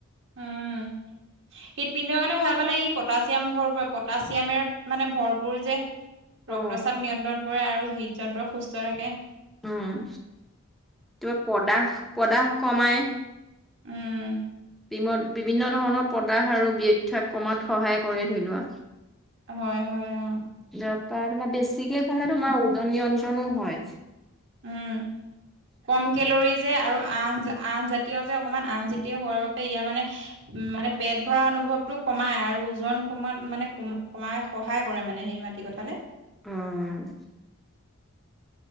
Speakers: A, on the right; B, in the centre.
A: উম', হৃদপিণ্ডৰ কাৰণে ভাল মানে ই' পটাছিয়াম ভৰপ পটাছিয়ামেৰত মানে ভৰপুৰ যে, ৰক্তচাপ
B: অ
A: নিয়ন্ত্ৰণ কৰে আৰু হৃদ যন্ত্ৰ সুস্থ থাকে।
B: উম', তো পদাস- পদাস কমাই।
A: উম',।
B: বি- বিভিন্ন ধৰণৰ পদাস আৰু থাত কামাত সহায় কৰে ধৰি লোৱা।
A: হয়, হয়, অ'।
B: তাৰ পৰা তোমাৰ বেছিকে খালে তোমাৰ ওজন নিয়ন্ত্ৰণো হয়।
A: উম', কম কেলৰিচ যে আৰু আহ- আহজাতীয় যে অকমান আহজাতীয় হোৱাৰ বাবে ইয়াৰ মানে উম', মানে পেট ভৰা অনুভৱটো কমাই আৰু ওজন কমাত মানে কম- কমাই সহায় কৰে মানে হেৰি মাটি কথালে।
B: উম',।